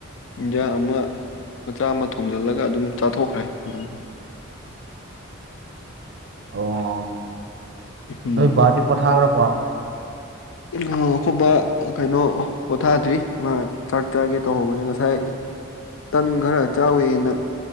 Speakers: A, on the left; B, on the right.
A: ꯏꯟꯖꯥꯡ ꯑꯃ ꯃꯆꯥ ꯑꯃ ꯊꯣꯡꯖꯤꯜꯂꯒ ꯑꯗꯨꯝ ꯆꯥꯊꯣꯛꯈ꯭ꯔꯦ ꯑꯗꯨꯝ
B: ꯑꯣ
A: ꯎꯝ
B: ꯅꯣꯏ ꯕꯥꯗꯤ ꯄꫭꯊꯒꯔꯕꫭ
A: ꯑꯩꯈꫭꯏꯕ ꯀꯩꯅꯣ ꯄꯣꯊꯥꯗ꯭ꯔꯤ ꯃꯥ ꯆꯥꯛ ꯆꯥꯒꯦ ꯇꯧꯍꯧꯕꯅꯤ ꯉꯁꯥꯏ ꯇꯟ ꯈꯔ ꯆꯥꯎꯋꯦꯅ